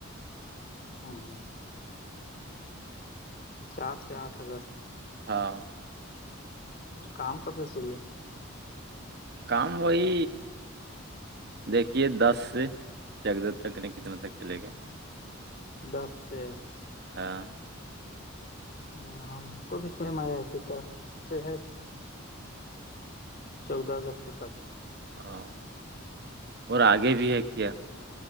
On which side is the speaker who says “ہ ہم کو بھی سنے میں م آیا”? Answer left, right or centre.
Left